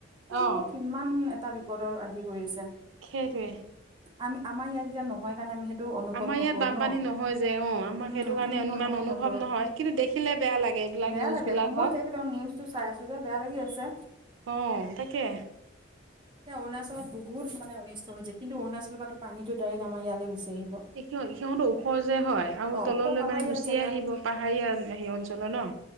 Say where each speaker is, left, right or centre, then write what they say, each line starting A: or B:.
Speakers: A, on the right; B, on the right.
A: তেওঁলোকৰ
B: অঁ
A: কিমান এটা বিপদৰ আহি পৰিছে।
B: সেইটোৱে
A: আমা আমাৰ ইয়াত এতিয়া নহয় সেইকাৰণে আমি সেইটো অনুভৱ
B: আমাৰ
A: নকৰো
B: ইয়াত বানপানী
A: ন,
B: নহয় যে অঁ আমাৰ
A: উম
B: কাৰণে
A: আমি সেইটো
B: ইমান
A: অনুভৱ নকৰো।
B: নহয় কিন্তু দেখিলে বেয়া লাগে এইবিলাক
A: বেয়া
B: নিউজবিলাক
A: লাগে আক'
B: হওক
A: মই সেইকেইটা নিউজটো চাই আছো যে বেয়া লাগি আছে।
B: অ তাকে।
A: এতিয়া অৰুণাচলত বহুত মানে অনিষ্ট হৈছে কিন্তু অৰুণাচলৰ পৰাটো পানীটো ডাইৰেক্ট আমাৰ ইয়ালৈ গুচি আহিব।
B: সিহঁতৰ ওখ যে হয় আৰু
A: অ
B: তললৈ
A: ওখ পাহাৰীয়া
B: গুচিয়ে
A: জেগা
B: আহিব, পাহাৰীয়া হেৰি অঞ্চলৰ যে ন।